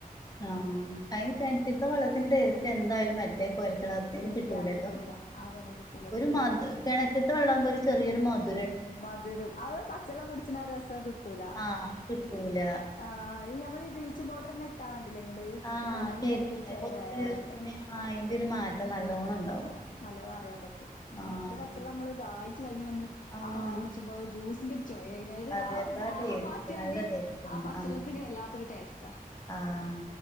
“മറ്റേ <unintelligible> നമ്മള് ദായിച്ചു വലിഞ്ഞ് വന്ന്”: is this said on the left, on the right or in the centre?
Left